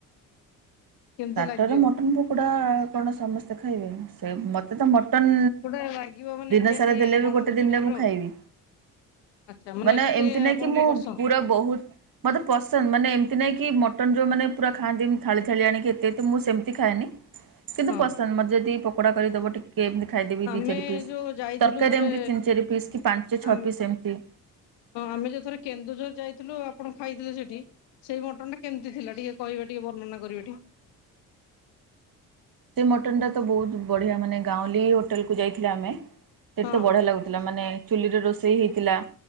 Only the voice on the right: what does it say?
ଟାଟରେ
ମଟନ୍ ପକୋଡା କଣ ସମସ୍ତେ ଖାଇବେ, ସେ ମତେ ତ ମ ଟନ୍
ଦିନ
ସାରା ଦେଲେ ବି
ଗୋଟେ ଦିନ୍
ରେ ମୁଁ
ଖାଇବି।
ମାନେ
ଏମିତି ନାଇଁ
କି ମୁଁ
ପୁରା ବହୁତ୍ ମତେ ପସନ୍ଦ ମାନେ ଏମିତି ନାଇଁ କି ମଟନ୍ ଯୋଉ ମାନେ ପୁରା ଖାଆନ୍ତି ଏମିତି ଥାଳି ଥାଳି ଆଣିକି ଏ ତେ ତୁ ମୁଁ ସେମିତି ଖାଏନି, କିନ୍ତୁ
ପସନ୍ଦ ମ ଯେଦି ପକୋଡ଼ା କରିଦବ ଟିକ୍ କିଏ ଏମିତି ଖାଇଦେବି
ଦି ଚାରି ପିସ୍,
ତରକାରୀ
ଏମିତି ତିନି ଚାରି ପିସ୍ କି ପାଞ୍ଚ ଛଅ
ପିସ୍ ଏମିତି।
ସେଇ ମଟନ ଟା ତ ବହୁତ ବଢିଆ ମାନେ ଗାଉଁଲି ହୋଟେଲ୍ କୁ ଯାଇଥିଲେ ଆମେ। ସେଠିତ
ବଢିଆ ଲାଗୁଥିଲା। ମାନେ ଚୁଲିରେ ରୋଷେଇ ହେଇଥିଲା